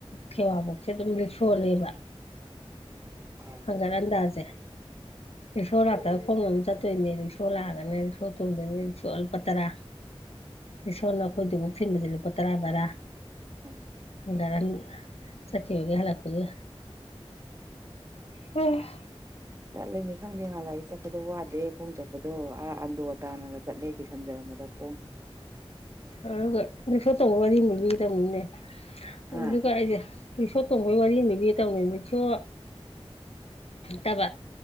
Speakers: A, on the left; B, on the right.
A: ꯀꯦꯋꯥꯕꯧꯁꯦ ꯑꯗꯨꯝ ꯂꯤꯛꯁꯣꯜꯂꯕ
B: ꯍꯣꯏ
A: ꯍꯒꯔ ꯑꯗꯖꯦ ꯔꯤꯛꯁꯣ ꯂꯥꯛꯇ ꯈꯣꯡ ꯑꯃ ꯆꯠꯇꯣꯏꯅꯦ ꯔꯤꯛꯁꯣ ꯂꯥꯛꯑꯒꯅꯦ ꯔꯤꯛꯁꯣ ꯇꯣꯡꯗꯣꯏꯅꯤ ꯔꯤꯛꯁꯣ ꯑꯜꯄꯥ ꯇꯔꯥ ꯏꯁꯣꯔꯅ ꯑꯩꯈꯣꯏꯗꯨꯐꯥꯎꯛ ꯊꯤꯟꯕꯁꯦ ꯂꯨꯄꯥ ꯇꯔꯥ ꯕꯔꯥ
B: ꯎꯝ
A: ꯒꯥꯔ ꯆꯀꯤꯈꯤꯕ ꯑꯣꯏꯒ ꯍꯂꯛꯄꯒ ꯍꯅꯦ
B: ꯆꯠꯂꯦ ꯃꯤ ꯈꯪꯗꯦ ꯉꯥꯟꯂꯥꯏꯏ ꯆꯠꯄꯗꯣ ꯋꯥꯗꯦ ꯈꯣꯡ ꯆꯠꯄꯗꯣ ꯑ ꯑꯟꯗꯣ ꯇꯥꯟꯅꯒ ꯆꯠꯂꯦ ꯀꯤꯁꯟꯖꯔꯝꯕꯗ <unintelligible>
A: ꯑꯗꯨꯒ ꯔꯤꯛꯁꯣ ꯇꯣꯡꯕꯒꯤ ꯋꯥꯔꯤ ꯑꯃ ꯂꯤꯕꯤꯒꯦ ꯇꯧꯅꯤꯅꯦ
B: ꯍꯥ
A: ꯑꯗꯨꯒ ꯑꯩꯁꯦ ꯔꯤꯛꯁꯣ ꯇꯣꯡꯕꯩ ꯋꯥꯔꯤ ꯑꯃ ꯂꯤꯕꯤꯒꯦ ꯇꯥꯎꯅꯦ ꯔꯤꯛꯁꯣ ꯇꯥꯕ꯭ꯔꯥ